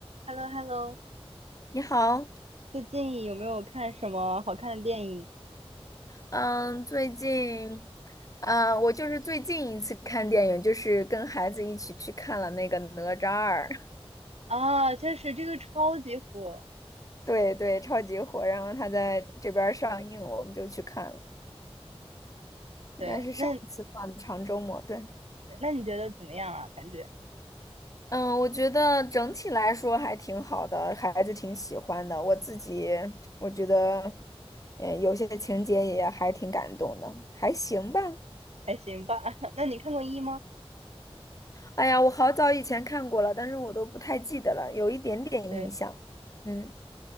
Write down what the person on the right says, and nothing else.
h e l l o h e l l o
最近有没有看什么好看的电影？
啊，确实这个超级火。
对，那
那你觉得怎么样啊？感觉
还行吧。<laughs> 那你看过一吗？
<laughs> 对